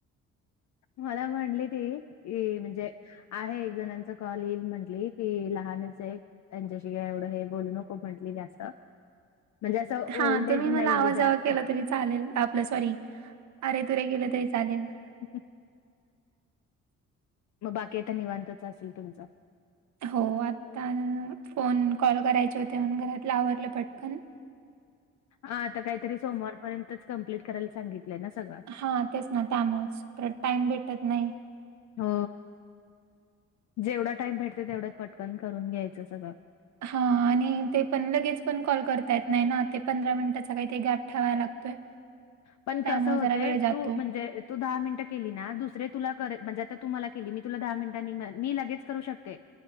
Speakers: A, on the left; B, on the right.
A: मला म्हणली ती म्हणजे इ म्हणजे आहे एक जणांचा कॉल येईल म्हटले की लहानच आहे त्यांच्याशी काय एवढं हे बोलू नको म्हंटली जास्त म्हणजे असं
B: हा
A: ओल्ड
B: तुम्ही
A: एज
B: मला
A: नाहीये
B: आवाजावा
A: जास्त
B: केला तरी चालेल आपलं सॉरी अरे तुरे केलं तरी चालेल ना
A: <unintelligible> मग बाकी आता निवांतच असेल तुमच
B: हो आता फोन कॉल करायचे होते म्हणून घरातला आवरलं पटकन
A: हा आता काहीतरी सोमवारपर्यंतच कंप्लीट करायला सांगितलंय ना सगळं
B: हा तेच ना त्यामुळेच प टाइम भेटत नाही
A: हो जेवढा टाइम भेटते तेवढंच पटकन करून घ्यायचं सगळं
B: हा आणि ते पण लगेच पण कॉल करता येत नाही ना ते पंधरा मिनिटाचा काही ते गॅप ठेवा लागतोय
A: पण
B: त्यामुळे
A: कस होतंय
B: जरा वेळ जातो.
A: तू म्हणजे तु दहा मिनिट केली ना दुसरे तुला कर म्हणजे आता तुम्हाला केली मी तुला दहा मिनट मी लगेच करू शक ते